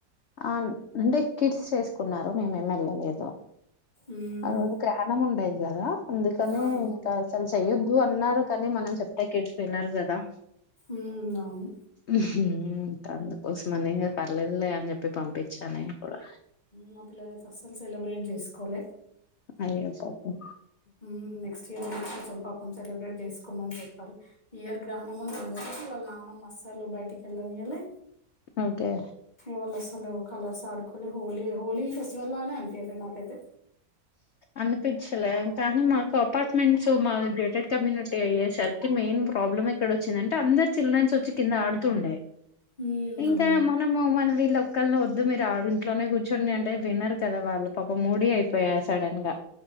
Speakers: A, on the left; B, on the left.
A: ఆ అంటే కిడ్స్ చేసుకున్నారు మేమేం వెళ్ళలేదు
B: ఉమ్,
A: ఆ రోజు గహణం ఉండేది కదా అందుకని
B: అవును
A: ఇంకా అసలు చెయొద్దు అన్నారు కానీ మనం చెప్తే కిడ్స్ వినరు కదా
B: ఉమ్, అవును
A: ఉ అందుకోసం అనిం పర్లేదులే అని చెప్ప ప్పి పంపించాను నేను కూడా
B: మా పిల్లలయితే అస్సలు సెలబ్రేట్ చేసుకలె
A: అయ్యో పాపం
B: ఉమ్ నెక్స్ట్ కొంచెం పాపం సెలబ్రేట్ చేసుకోమని చెప్పాలి ఈ ఇయర్ గ్రహణం ముందు ఉంది వాళ్ళ నాన్నం మస్సాలు బయటికి వెళ్ళనియళ్ళి
A: ఓకే
B: ఇవళ సలు కలర్స్ ఆడుకో హోలీ హలీ ఫెస్టివల్ లానే అనిపియాలే నాకైయితే
A: అనిపిచ్చలే కానీ మాకు అపార్ట్మెంట్స్ మా గేటెడ్ కమ్యూనిటీ అయ్యే సార్కి మెయిన్ ప్రాబ్లమ్ ఎక్కడ వచ్చిందంటే అందరు చిల్డ్రన్స్ వచ్చి కింద ఆడుతుండే
B: హ్మ్.
A: ఇంకా
B: అవును.
A: మనము మనం వీళ్ళ క్కల్ని వద్దు మీరు ఇట్లోనే కూర్చుంని అంటే వినరు కదా వాళ్ళు పాప మూడీయి పోయా సడన్ గా